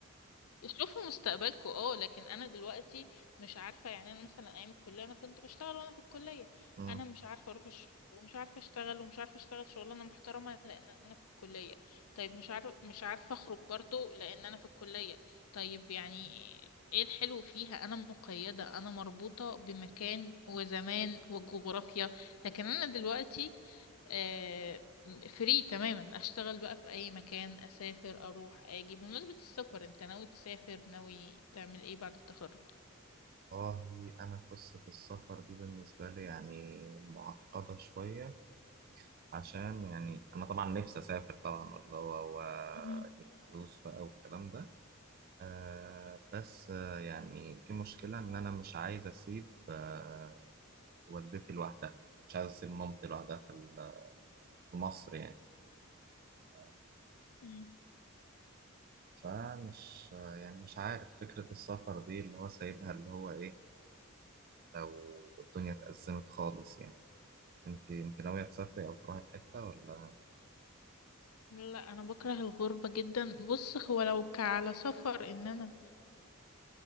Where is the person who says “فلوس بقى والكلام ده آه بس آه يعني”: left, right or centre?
Right